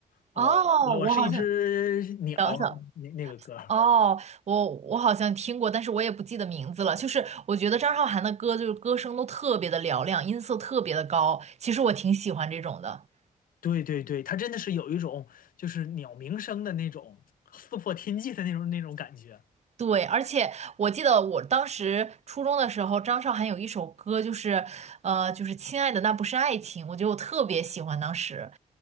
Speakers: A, on the left (about 85°); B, on the right (about 50°).
A: 呃，
B: 呃，哦，
A: 我我是一只鸟
B: 我好像等等，
A: 那那个歌。
B: 哦，我我好像听过，但是我也不记得名字了。就是我觉得张韶涵的歌，就是歌声都特别的嘹亮，音色特别的高，其实我挺喜欢这种的。
A: 对对对，它真的是有一种就是鸟鸣声的那种撕破天际的那种那种感觉
B: 对，而且我记得我当时初中的时候，张韶涵有一首歌，就是呃，就是《亲爱的那不是爱情》，我觉得我特别喜欢。当时，